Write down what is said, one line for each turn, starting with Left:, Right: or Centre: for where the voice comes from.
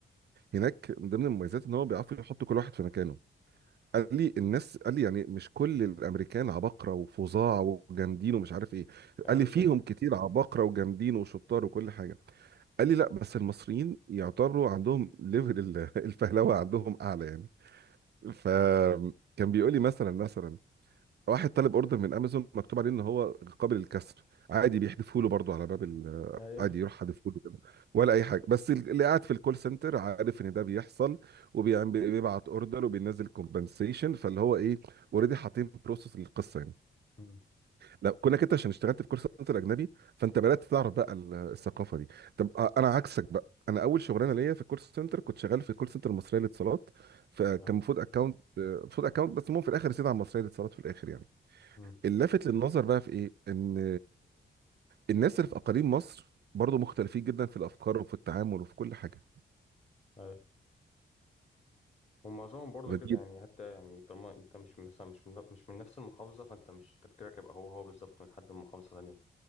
Right: هناك من ضمن المميزات ان هو بيعرفوا يحطوا كل واحد في مكانه قال لي الناس قال لي يعني مش كل الامريكان عباقره وفظاع وجامدين ومش عارف ايه
Left: ايوه
Right: قال لي
Left: بالظبط
Right: فيهم كتير عباقره وجامدين وشطار وكل حاجه قال لي لا بس المصريين يعتبروا عندهم ليفل ال- <laughs> الفهلوه عندهم اعلى يعني فكان بيقول لي مثلا مثلا واحد طالب اوردر من امازون مكتوب عليه ان هو قابل للكسر عادي بيحذفوا
Left: امم
Right: له برضه على باب ال-
Left: ايوه
Right: عادي يروح حادفه له كده ولا اي حاجه بس ال- اللي قاعد في الكول سنتر عارف ان ده بيحصل وبيبعت اوردر وبينزل كومبنسيشن فاللي هو ايه اوريدي حاطين بروسس للقصه يعني
Left: <laughs> امم
Right: لا كونك انت عشان اشتغلت في كول سنتر اجنبي فانت بدات تعرف بقى ال- الثقافه دي طب أ- انا عكسك بقى انا اول شغلانه ليا في الكول سنتر كنت شغال في الكول سنتر المصريه للاتصالات فكان
Left: اه
Right: المفروض اكونت المفروض اكونت بس المهم في الاخر رسيت على المصريه للاتصالات في الاخر يعني
Left: امم
Right: اللافت للنظر بقى في ايه ان الناس اللي في اقاليم مصر برضو مختلفين جدا في الافكار وفي التعامل وفي كل حاجه
Left: ايوه ومعظمهم برضو
Right: فدي
Left: كده يعني حتى يعني طالما انت مش مثلا مش من مش من نفس المحافظه فانت مش تفكيرك يبقى هو هو بالظبط من حد من محافظه ثانيه